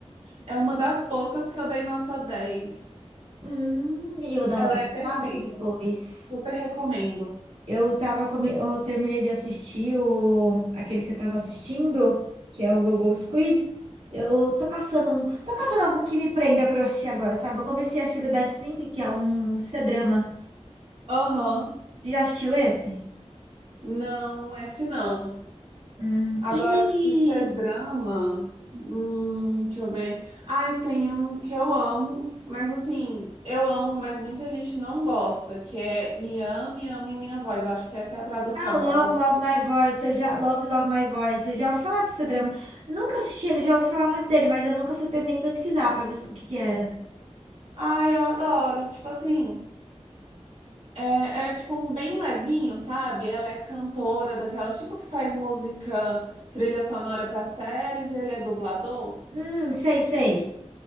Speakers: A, on the right; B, on the right.
A: É uma das poucas que eu dei nota dez
B: Hum, e eu vou dar
A: Ela
B: uma pesquisada
A: é perfeita.
B: aqui depois.
A: Super recomendo.
B: Eu tava come- eu terminei de assistir o... aquele que eu tava assistindo, que é o Google Squid. Eu tô caçando um. Tô caçando algum que me prenda pra eu assistir agora, sabe? Eu comecei a assistir The Best Thing, que é um C-drama.
A: Aham.
B: Já assistiu esse?
A: Não, esse não.
B: Hum.
A: Agora,
B: E
A: de ser drama, hum, deixa eu ver. Ai, tem um que eu amo, mas assim, eu amo, mas muita gente não gosta, que é Me Ame, Ame Minha Voz. Eu acho que essa é a tradução
B: ah, Love,
A: para português.
B: Love My Voice, eu já. Love, Love My Voice, eu já ouvi falar desse drama. Nunca assisti ele, já ouvi falar muito dele, mas eu nunca fui pe- nem pesquisar pra ver sobre o que que era.
A: Ai, eu adoro. Tipo assim, é, é tipo um bem levinho, sabe? Ela é cantora daquelas, tipo que faz música, trilha sonora para séries, ele é dublador.
B: Hum, sei, sei.